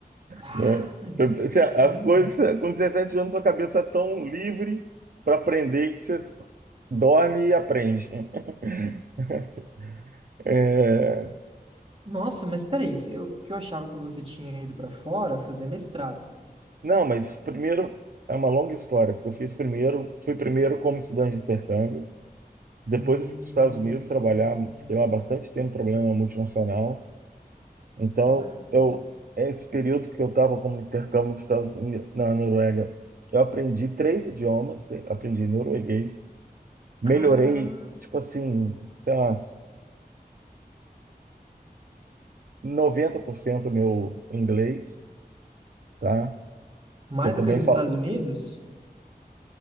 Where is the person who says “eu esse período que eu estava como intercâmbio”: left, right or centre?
Right